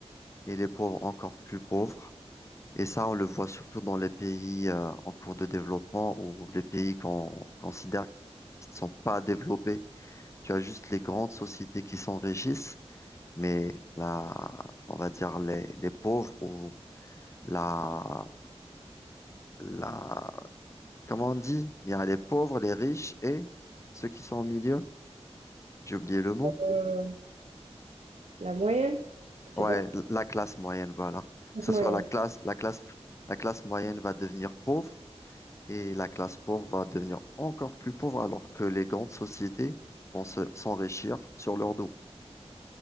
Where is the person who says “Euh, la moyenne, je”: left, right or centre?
Right